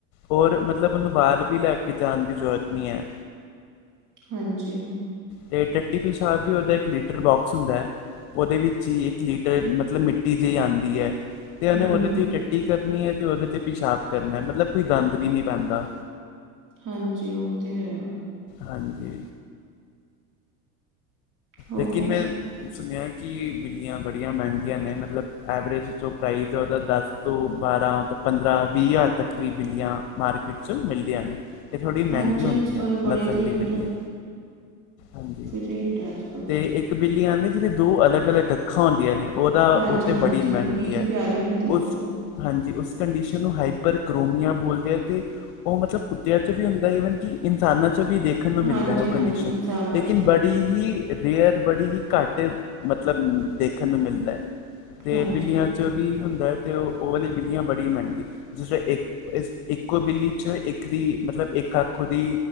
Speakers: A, on the left; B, on the right.
A: ਔਰ, ਮਤਲਬ ਉਹਨੂੰ ਬਾਹਰ ਵੀ ਲੈ ਕੇ, ਜਾਣ ਦੀ ਜ਼ਰੂਰਤ ਨਹੀਂ ਹੈ।
B: ਹਾਂਜੀ
A: ਤੇ, ਟੱਟੀ- ਪਿਸ਼ਾਬ ਵੀ, ਉਹਦਾ ਇੱਕ ਲੀਟਰ ਬਾਕਸ ਹੁੰਦਾ ਹੈ। ਉਹਦੇ ਵਿੱਚ ਹੀ, ਇੱਕ ਲੀਟਰ ਮਤਲਬ ਮਿੱਟੀ, ਜਿਹੀ ਆਉਂਦੀ ਹੈ। ਤੇ, ਉਹਨੇ
B: ਹੂੰ
A: ਉਹਦੇ ਤੇ ਟੱਟੀ ਕਰਨੀ ਹੈ, ਤੇ ਉਹਦੇ ਤੇ ਪਿਸ਼ਾਬ ਕਰਨਾ ਮਤਲਬ ਕੋਈ ਗੰਦ ਵੀ ਨਹੀਂ ਪੈਂਦਾ।
B: ਹਾਂਜੀ, ਉਹ ਤੇ ਹੈ।
A: ਹਾਂਜੀ।
B: ਹੋਰ
A: ਲੇਕਿਨ ਮੈਂ ਸੁਣਿਆ, ਕਿ ਬਿੱਲੀਆਂ ਬੜੀਆਂ ਮਹਿੰਗੀਆਂ ਨੇ, ਮਤਲਬ ਐਵਰੇਜ ਜੋ ਪ੍ਰਾਈਜ਼, ਉਹਦਾ ਦਸ ਤੋਂ ਬਾਰਾਂ, ਪੰਦਰਾਂ ਵੀਹ ਹਜ਼ਾਰ ਤੱਕ ਵੀ ਬਿੱਲੀਆਂ ਮਾਰਕੀਟ ਚੋਂ, ਮਿਲਦੀਆਂ ਨੇ। ਇਹ ਥੋੜ੍ਹੀ,
B: ਹਾਂਜੀ
A: ਮਹਿੰਗੀ ਹੁੰਦੀ
B: ਅੱਜ ਕੱਲ
A: ਹੈ,
B: ਬੜੇ
A: ਨਸਲ
B: ਰੇਟ
A: ਦੀ ਬਿੱਲੀਆਂ, ਹਾਂਜੀ,
B: ਠੀਕ ਹੈ, <unintelligible>
A: ਤੇ ਇੱਕ, ਬਿੱਲੀ ਆਉਂਦੀ ਜਿਹਦੇ ਦੋ ਅਲੱਗ- ਅਲੱਗ ਅੱਖਾਂ, ਹੁੰਦੀਆਂ ਨੇ। ਉਹਦਾ,
B: ਹਾਂਜੀ
A: ਉਹ ਤੇ
B: ਹਾਂਜੀ
A: ਬੜੀ ਮਹਿੰਗੀ ਹੈ।
B: ਪਿਆਰੀ ਹੁੰਦੀ ਆ
A: ਉਸ
B: ਉਹ
A: ਹਾਂਜੀ, ਉਸ ਕੰਡੀਸ਼ਨ ਨੂੰ, ਹਾਈਪਰ ਕ੍ਰੋਮੀਆ ਬੋਲਦੇ ਆ ਤੇ ਉਹ ਮਤਲਬ, ਕੁੱਤਿਆਂ ਚ ਵੀ ਹੁੰਦਾ, ਈਵਨ ਕਿ ਇਨਸਾਨਾਂ ਵਿਚ ਵੀ ਦੇਖ ਦੇਖਣ ਨੂੰ, ਮਿਲਦਾ
B: ਹਾਂਜੀ
A: ਉਹ
B: ਹਾਂਜੀ
A: ਕੰਡੀਸ਼ਨ,
B: ਇਨਸਾਨਾਂ
A: ਲੇਕਿਨ
B: ਚ ਵੀ
A: ਬੜੀ ਹੀ ਰੇਅਰ, ਬੜੀ ਹੀ ਘੱਟ, ਮਤਲਬ ਦੇਖਣ ਨੂੰ ਮਿਲਦਾ ਹੈ। ਤੇ
B: ਹਾਂਜੀ
A: ਬਿੱਲੀਆਂ ਵਿੱਚ ਵੀ ਹੁੰਦਾ ਹੈ, ਤੇ ਉਹ ਵਾਲੀ ਬਿੱਲੀਆਂ, ਬੜੀ ਮਹਿੰਗੀ ਜਿਸ ਵਿੱਚ ਇੱਕ, ਜਿਸ ਵਿੱਚ ਇੱਕ ਇਕੋ ਬਿੱਲੀ ਵਿਚ, ਇੱਕ ਦੀ ਮਤਲਬ, ਇੱਕ ਅੱਖ ਉਹਦੀ